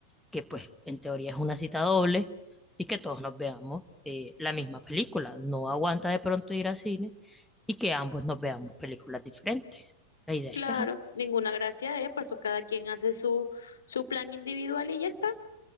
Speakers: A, in the centre; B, on the left (about 65°).
A: que pues en teoría es una cita doble y que todos nos veamos eh, la misma película. No aguanta de pronto ir al cine y que ambos nos veamos películas diferentes. La idea
B: Claro,
A: es que, ajá,
B: ninguna gracia es, por eso cada quien hace su, su plan individual y ya está.